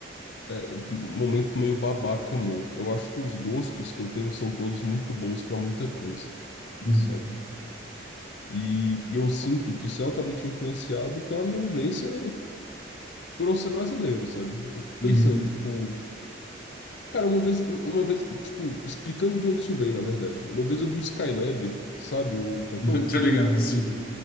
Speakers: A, on the left; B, on the left.
A: É, um momento meio babaca meu. Eu acho que os gostos que eu tenho são todos muito bons pra muita coisa,
B: Uhum.
A: sabe? E, e eu sinto que isso é altamente influenciado pela minha vivência por eu ser brasileiro, sabe? Eu fico pensando,
B: Uhum.
A: tipo. Cara, uma vez, uma vez, tipo, explicando de onde isso vem, na verdade. Uma vez eu vi o Skylab, sabe, o cantor?
B: <laughs> Tá ligado, sim.